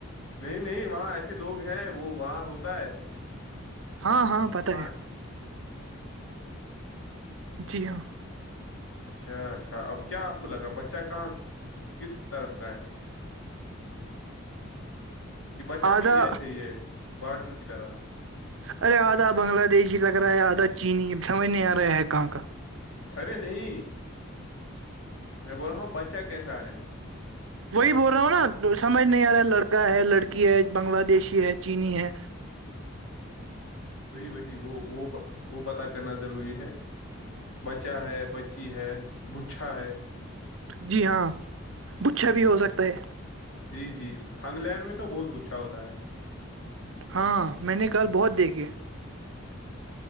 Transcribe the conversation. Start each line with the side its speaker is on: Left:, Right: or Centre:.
Left: نہیں نہیں وہاں ایسے لوگ ہیں وہ وہاں ہوتا
Right: ہاں پتا
Left: ہاں
Right: ہے جی ہاں
Left: اچھا اچھا اب کیا آپ لگا بچہ کہاں کس طرف کا ہے کہ بچا
Right: آدھا
Left: بھی ایسے ہی یہ بارڈر کی طرح
Right: ارے آدھا بنگلہ دیش ہی لگ رہا ہے آدھا چینی سمجھ نہیں آ رہا ہے کہاں کا
Left: ارے نہیں میں بول رہا ہوں بچہ کیسا ہے
Right: وہی بول رہا ہوں نا سمجھ نہیں آ رہا ہے لڑکا ہے لڑکی ہے بنگلہ دیشی ہے چینی ہے
Left: وہی بی وہ وہ وہ پتا کر کرنا ضروری ہے بچہ ہے بچی ہے بچھا ہے
Right: جی ہاں بچھا بھی ہو سکتا ہے
Left: جی جی تھنگ لینڈ میں تو بہت گچھا ہوتا ہے
Right: ہاں میں نے کل بہت دیکھی